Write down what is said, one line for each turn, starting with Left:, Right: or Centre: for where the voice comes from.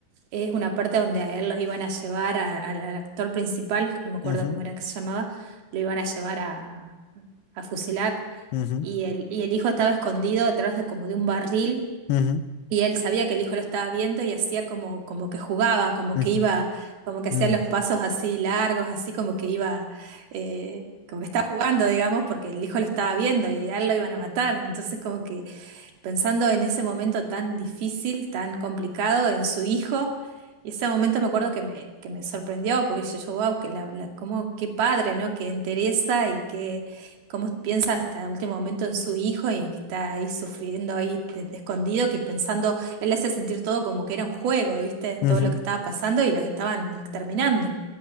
Right: es una parte donde a él lo iban a llevar a- al al actor principal, que no me acuerdo
Left: Ujú,
Right: cómo era que se llamaba, lo iban a llevar a, a fusilar
Left: ujú,
Right: y el, y el hijo estaba escondido detrás de como de un barril
Left: ujú,
Right: y él sabía que el hijo lo estaba viendo y hacía como, como que jugaba, como
Left: ujú,
Right: que iba, como que hacía
Left: mm,
Right: los pasos así largos, así como que iba, eh, como que estaba jugando, digamos, porque el hijo lo estaba viendo y a él lo iban a matar. Entonces como que pensando en ese momento tan difícil, tan complicado, en su hijo. Y ese momento me acuerdo que me, que me sorprendió, porque yo, yo, wow, que la, la- cómo- qué padre, ¿no? Que interesa y que cómo piensa hasta el último momento en su hijo y que está ahí sufriendo, ahí de- de escondido, que pensando, él le hace sentir todo como que era un juego, ¿viste?
Left: ujú.
Right: Todo lo que estaba pasando y los estaban exterminando.